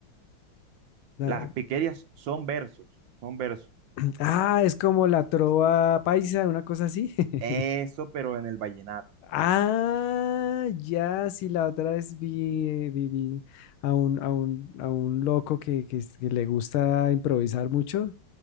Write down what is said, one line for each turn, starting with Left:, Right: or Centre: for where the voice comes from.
Left: La-
Right: Las piquerías son versos, son versos.
Left: <clears throat> Ah, es como la trova paisa, una cosa así. <laughs>
Right: Eso, pero en el vallenato.
Left: Ah, ya, sí, la otra vez vi, eh, vi, vi a un, a un, a un loco que, que, es- que le gusta improvisar mucho,